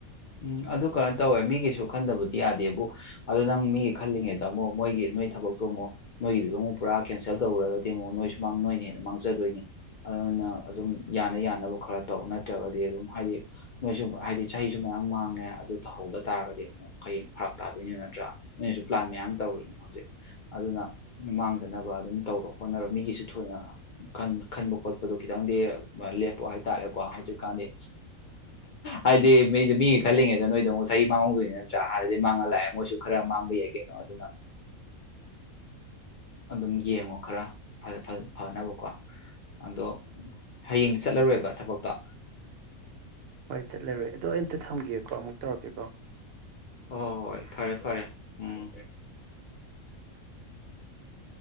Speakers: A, on the left; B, on the right.
A: ꯎꯝ ꯑꯗꯨ ꯀꯩꯅꯣ ꯇꯧꯋꯦ ꯃꯤꯒꯤꯁꯨ ꯈꯟꯗꯕꯗꯤ ꯌꯥꯗꯦꯕꯨ ꯑꯗꯨ ꯅꯪ ꯃꯤꯒꯤ ꯈꯜꯂꯤꯉꯩꯗ ꯑꯃꯨꯛ ꯃꯣꯏꯒꯤ ꯅꯣꯏ ꯊꯕꯛꯇꯨ ꯑꯃꯨꯛ ꯅꯣꯏꯒꯤꯗꯨꯗ ꯑꯃꯨꯛ ꯄꯨꯔꯥ ꯀꯦꯟꯁꯦꯜ ꯇꯧꯔꯒꯗꯤ ꯑꯃꯨꯛ ꯅꯣꯏꯁꯨ ꯃꯥꯡꯗꯣꯏꯅꯦꯅ ꯃꯥꯡꯖꯗꯣꯏꯅꯤ ꯑꯗꯨꯅꯪ ꯑꯗꯨꯝ ꯌꯥꯅ ꯌꯥꯅꯕ ꯈꯔ ꯇꯧ ꯅꯠꯇ꯭ꯔꯒꯗꯤ ꯑꯗꯨꯝ ꯍꯥꯏꯗꯤ ꯅꯣꯏꯁꯨ ꯍꯥꯏꯗꯤ ꯆꯍꯤ ꯁꯨ ꯃꯌꯥꯝ ꯃꯥꯡꯉꯦ ꯑꯗꯨ ꯇꯧꯍꯧꯗ ꯇꯥꯔꯒꯗꯤ ꯑꯃꯨꯛ ꯍꯌꯦꯡ ꯐꯔꯛ ꯇꯥꯗꯣꯏꯅꯤ ꯅꯠꯇ꯭ꯔꯥ ꯅꯣꯏꯁꯨ ꯄ꯭ꯂꯥꯟ ꯃꯌꯥꯝ ꯇꯧꯔꯤꯅꯦ ꯍꯧꯖꯤꯛ ꯑꯗꯨꯅ ꯃꯥꯡꯗꯅꯕ ꯑꯗꯨꯝ ꯇꯧꯔꯣ ꯍꯣꯠꯅꯔ ꯃꯤꯒꯤꯁꯨ ꯊꯣꯏꯅ ꯈꯟꯕ ꯈꯣꯠꯄꯗꯣ ꯈꯤꯇꯪꯗꯤ ꯂꯦꯞꯄꯣ ꯍꯥꯏꯇꯥꯔꯦꯀꯣ ꯍꯧꯖꯤꯛꯀꯥꯟꯗꯤ ꯍꯥꯏꯗꯤ ꯃꯤꯗꯨ ꯃꯤꯒꯤ ꯈꯜꯂꯤꯉꯦꯗ ꯅꯣꯏꯗꯣ ꯑꯃꯨꯛ ꯆꯍꯤ ꯃꯥꯡꯍꯧꯗꯣꯏꯅꯤ ꯅꯠꯇ꯭ꯔꯥ ꯍꯥꯟꯅꯗꯤ ꯃꯥꯡꯍꯜ ꯂꯥꯛꯑꯦ ꯃꯣꯏꯁꯨ ꯈꯔ ꯃꯥꯡꯕ ꯌꯥꯏ ꯀꯩꯅꯣ ꯑꯗꯨꯅ ꯑꯗꯨꯝ ꯌꯦꯡꯉꯣ ꯈꯔ ꯐꯅꯕꯀꯣ ꯑꯗꯣ ꯍꯌꯦꯡꯗꯤ ꯆꯠꯂꯔꯣꯏꯕ ꯊꯕꯛꯇꯣ
B: ꯍꯣꯏ ꯆꯠꯂꯔꯣꯏ ꯑꯗꯣ ꯑꯩꯝꯇ ꯊꯝꯒꯦꯀꯣ ꯑꯃꯨꯛ ꯇꯧꯔꯛꯀꯦꯀꯣ
A: ꯍꯣꯏ ꯍꯣꯏ ꯐꯔꯦ ꯐꯔꯦ ꯎꯝ